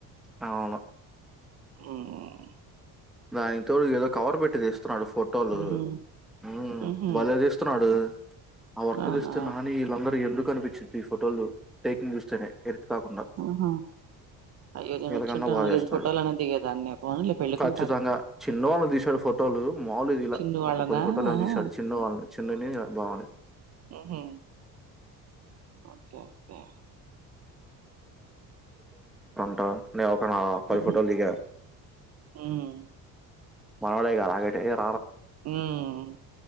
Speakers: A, in the centre; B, on the right.
A: అవును
B: ఉమ్
A: దానితో ఏదో కవర్ పెట్టి తీస్తున్నాడు ఫోటోలు
B: మ్మ్
A: హ్మ్
B: మ్హూ
A: భలే తీస్తున్నాడు ఆ వర్క్
B: అవునా
A: చేస్తే నాని వీళ్ళందరు ఎందుకు వర్త్ అనిపించింది ఈ ఫోటోలు టేకింగ్ చూస్తేనే కాకుండా
B: ఆహ అయ్యో నేను
A: వీళ్ళకన్నా
B: వచ్చి ఉంటే
A: బాగా
B: నాలుగైదు
A: చేస్తాడు
B: ఫోటోలు అన్నా దిగేదాన్ని పోనీలే పెళ్లికుం
A: ఖచ్చితంగా చిన్ను వాళ్ళని తీశాడు ఫోటోలు మాములుగా తీయలా
B: చిన్ను వాళ్ళనా
A: ఒక పది ఫోటోలు ఏమో
B: ఆహా
A: తీశాడు చిన్నువాళ్ళని చిన్నుని బావని
B: మ్హూ ఓకే ఓకే
A: ట నే నేనో పది
B: మ్హూ
A: ఫోటోలు దిగా
B: మ్మ్
A: మామూలేగా <unintelligible>
B: హ్మ్